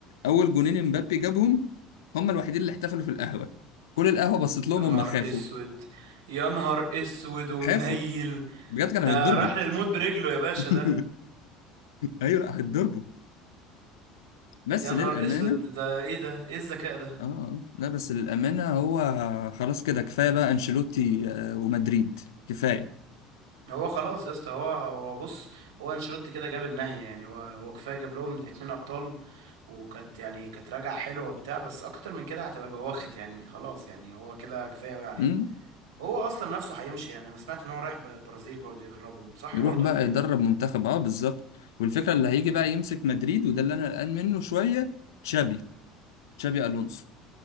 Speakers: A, on the left (about 80°); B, on the right (about 85°).
A: أول جونين امبابي جابهم هم الوحيدين اللي احتفلوا في القهوة كل القهوة بصت لهم
B: يا نهار
A: هم خافوا
B: اسود يا نهار اسود ومنيل
A: خافوا بجد كانوا
B: ده
A: هيتضربوا
B: راح للموت برجله يا باشا
A: <laughs>
B: ده
A: أيوة لا هيتضربوا بس
B: يا نهار
A: للأمانة
B: اسود ده ايه ده ايه الذكاء ده
A: آه لا بس للأمانة هو خلاص كده كفاية بقى أنشيلوتي آه، ومدريد كفاية
B: هو خلاص يا اسطى هو هو بص هو انشيلوتي كده جاب النهاية يعني هو هو كفاية جاب لهم اتنين ابطال وكانت يعني كانت راجعة حلوة وبتاع بس اكتر من كده هتبقى بوخت يعني خلاص يعني هو كده كفاية قوي عليه
A: امم
B: هو اصلا نفسه هيمشي يعني انا سمعت ان هو رايح ب- البرازيل برضه يدربهم صح
A: يروح
B: برضه
A: بقى
B: ولا ايه
A: يدرب منتخب اه بالظبط والفكره اللي هيجي بقى يمسك مدريد وده اللي انا قلقان منه شويه تشابي تشابي الونسو